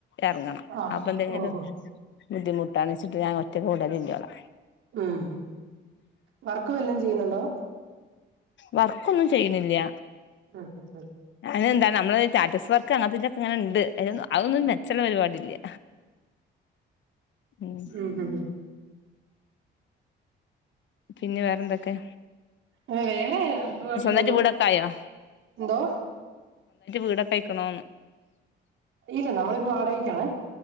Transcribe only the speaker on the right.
ആഹ്
ഓഹോ
ഉം വർക്ക് വല്ലം ചെയ്ണ് ണ്ടോ?
ഉ ഉ ഉം
ഉ ഉ ഉ
വേറെ <unintelligible>
ന്തോ
ഇല്ല നമ്മളിപ്പോ വാടകക്കാണ്